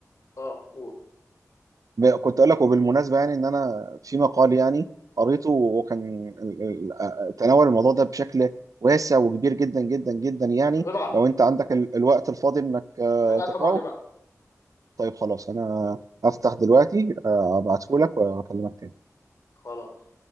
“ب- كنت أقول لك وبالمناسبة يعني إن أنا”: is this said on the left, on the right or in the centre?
Right